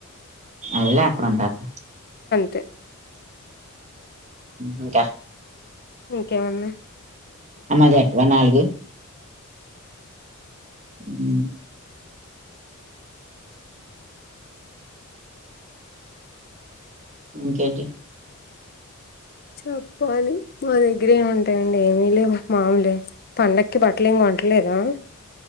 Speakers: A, on the right (about 35°); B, on the left (about 45°).
A: <unintelligible> అక్కడ ఉంటారులే
B: తే
A: ఇంకా
B: ఇంకేముంది
A: అమ్మది ఎట్రా నాలుగు ఊ ఇంకేంటి
B: చెప్పాలి మా దగ్గరే ఉంటాయండి ఏమి లేవు మామూలే పండక్కి బట్టలు ఏం కొనట్లేదా